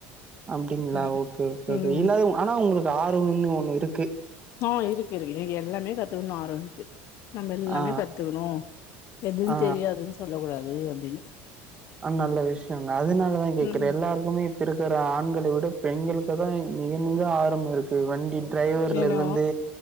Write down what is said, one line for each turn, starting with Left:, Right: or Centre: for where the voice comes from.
Right: ஆஅப்படிங்களா
Left: ம்
Right: ஓகே ஓகே
Left: ம்
Right: இல்ல ஆனா உங்களுக் ஆர்வம்ன்னு ஒன்னு இருக்கு
Left: ஆ இருக்கு இருக்கு எனக்கு எல்லாமே கத்துக்கணும் ஆர்வம்இருக்கு நம்ம எல்லாமே
Right: ஆ
Left: கத்துக்கணும் எதுன்னு
Right: ஆ
Left: தெரியாதுன்னு சொல்ல கூடாது என் எஸ்
Right: அது நல்ல விஷயங்க அதனாலதான் கேக்குறேன்
Left: ம்
Right: எல்லாருக்குமே இப்ப இருக்கிற ஆண்களை விட பெண்கள் தான் மிக மிக ஆரம்போ இருக்கு வண்டி டிரைவர்ல
Left: ஏனா
Right: இருந்து